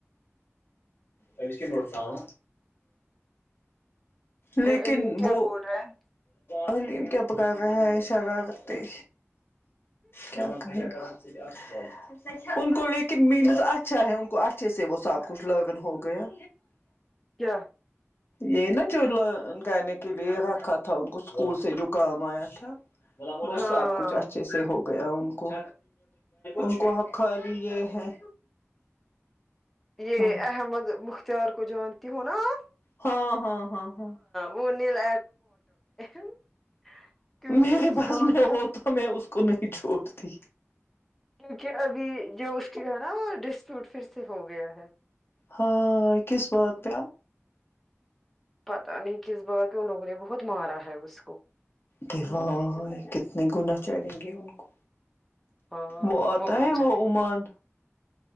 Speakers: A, on the left; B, in the centre.
A: آیسکریم مت کھاو لیکن
B: اور علیم کیا
A: وہ
B: بول رہا ہے
A: حلیم کیا پکا رہا ہے اشارہ کرتے کیا کر نا ان کو لیکن مینز اچھا ہے ان کو اچھے سے وہ سب کچھ لگن ہو گیا
B: کیا
A: یہ نا جو لوگ گانے کے لیے رکھا تھا ان کو اسکول سے جو کام آیا تھا وہ
B: ہاں
A: سب کچھ اچھے سے ہو گیا ان کو ان کو آب کھا لی یہ ہے
B: یہ
A: ہاں
B: احمد مختیار کو جانتی ہوں نا آپ
A: ہاں ہاں ہاں ہاں
B: وہ نیل <unintelligible> کیونکہ
A: میرے
B: اس کی
A: پاس
B: ماں
A: میں
B: کو
A: ہو تا میں اس کو نہیں چھوڑتی
B: کیونکہ ابھی جو اس کی ہے نا وہ ڈسپیوٹ پھر سے ہو گیا ہے
A: ہاں کس بات پے
B: پتہ نہیں کس بات ان لوگوں نے بہت مارا ہے اس کو
A: کے ہاں ہاں کتنے گنا چڑیں گے ان کو
B: ہاں
A: وہ آتا
B: بہت
A: ہے
B: جانے
A: وہ عمان